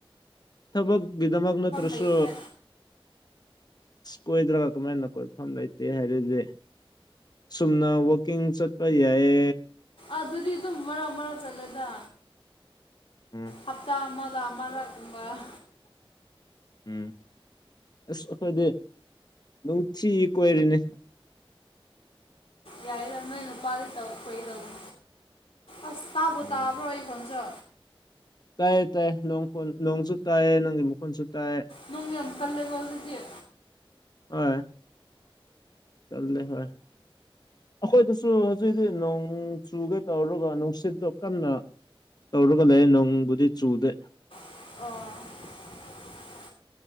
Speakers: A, on the left (about 45°); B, on the left (about 80°).
A: ꯊꯕꯛ ꯕꯤꯗꯥꯃꯒꯅ ꯇ꯭ꯔꯁꯣ
B: ꯂꯩꯇꯦ
A: ꯀꯣꯏꯗ꯭ꯔꯒ ꯀꯃꯥꯏꯅ ꯀꯣꯏꯐꯝ ꯂꯩꯇꯦ ꯍꯥꯏꯔꯗꯤ ꯁꯨꯝꯅ ꯋꯥꯛꯀꯤꯡ ꯆꯠ ꯑꯩꯣꯏ ꯌꯥꯌꯦ
B: ꯑꯗꯨꯗꯤ ꯑꯗꯨꯝ ꯃꯔꯥ ꯃꯔꯥ ꯆꯠꯂꯦꯗ
A: ꯎꯝ
B: ꯍꯥꯞꯇꯥ ꯑꯃꯗ ꯑ
A: ꯎꯝ ꯑꯁ ꯑꯩꯈꯣꯏꯗꯤ ꯅꯨꯡꯊꯤ ꯀꯣꯏꯔꯤꯅꯤ
B: ꯌꯥꯏꯗꯅꯣꯅ ꯄꯥꯔ ꯇꯣꯏ ꯇꯅꯤ ꯑꯁ ꯇꯥꯕ
A: ꯎꯝ
B: ꯇꯥꯕ꯭ꯔꯣ ꯑꯩ ꯐꯣꯟꯁꯨ
A: ꯇꯥꯏ ꯇꯥꯏꯣꯡꯣꯟ ꯅꯣꯡꯁꯨ ꯇꯥꯏꯌꯦ ꯅꯪꯒꯤ ꯃꯈꯣꯟꯁꯨ ꯇꯥꯏꯌꯦ
B: ꯅꯣꯡꯃꯤ ꯀꯂꯦ ꯣꯜꯗꯗꯤꯦ
A: ꯑ ꯀꯦ ꯍ ꯑꯩꯈꯣꯏꯗꯁꯨ ꯍꯧꯖꯤꯛ ꯍꯧꯖꯤꯛ ꯅꯣꯡ ꯆꯨꯒꯦ ꯇꯧꯔꯒ ꯅꯨꯡꯁꯤꯠꯇꯣ ꯀꯟꯅ ꯇꯧꯔꯒ ꯂꯩ ꯅꯣꯡꯕꯨꯗꯤ ꯆꯨꯗꯦ
B: ꯑꯣ